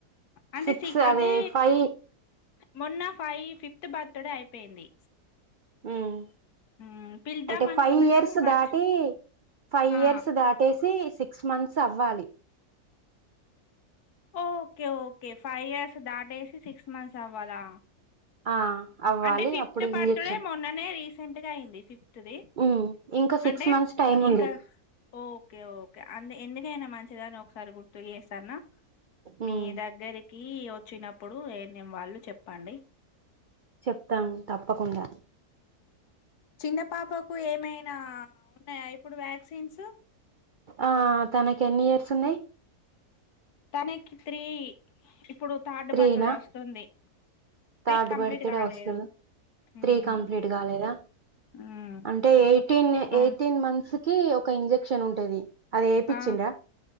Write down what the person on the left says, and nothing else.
అంటే
సి అంటే
మొన్న ఫై ఫిఫ్త్ బర్త్డే అయిపోయింది
మ్, పిలుద్దాం
అనుకున్నా
కాని మర్చి
ఆ
ఓకే ఓకే ఫైవ్ ఇయర్స్ దాటేసి సిక్స్ మంత్స్ అవ్వాలా
అంటే ఫిఫ్త్
బర్త్డే
మొన్ననే రీసెంట్గా అయింది. ఫిఫ్త్ ది
అంటే
ఇంక
ఓకే ఓకే అ ఎందుకైనా మంచి దని ఒకసారి గుర్తు చేస్తన్న మీ
దగ్గరికి వచ్చినప్పుడు ఏం <inaudible> వాళ్ళు చెప్పండి
చిన్నపాపకు ఏమైనా ఉన్నాయా ఇప్పుడు వ్యాక్సిన్స్
తనకి త్రీ ఇప్పుడు థర్డ్
బర్త్డే వస్తుంది త్రీ
కంప్లీట్
కాలేదు
మ్మ్
మ్మ్
అవును
ఆ